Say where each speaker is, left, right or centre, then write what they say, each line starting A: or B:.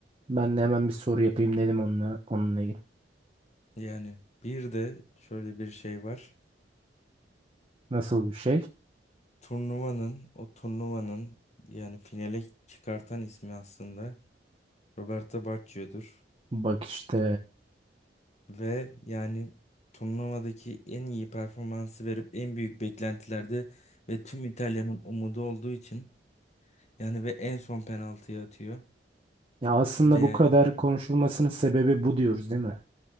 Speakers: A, on the right; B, on the left.
A: Ben de hemen bir soru yapayım dedim onunla, onunla ilgili.
B: Yani bir de şöyle bir şey var.
A: Nasıl bir şey?
B: turnuvanın o turnuvanın yani finale çıkartan ismi aslında Roberto Baggio'dur.
A: Bak işte.
B: Ve yani turnuvadaki en iyi performansı verip en büyük beklentilerde ve tüm İtalya'nın umudu olduğu için yani ve en son penaltıyı atıyor.
A: Ya aslında
B: Ve yani
A: bu kadar konuşulmasının sebebi bu diyoruz değil mi?